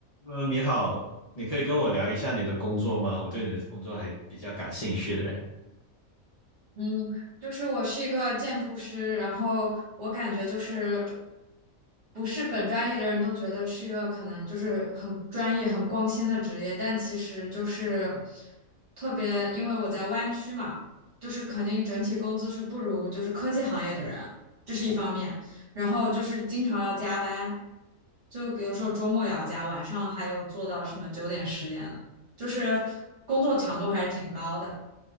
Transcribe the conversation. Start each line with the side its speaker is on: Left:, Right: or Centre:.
Left: 嗯，你好，你可以跟我聊一下你的工作吗？我对你的工作还比较感兴趣的。
Right: 嗯，就是我是一个建筑师，然后我感觉就是不是本专业的人都觉得是一个可能就是很专业、很光鲜的职业，但其实就是特别，因为我在湾区嘛，就是肯定整体工资是不如就是科技行业的人，这是一方面，然后就是经常要加班，就有时候周末也要加，晚上还有做到什么九点、十点的，就是工作强度还是挺高的。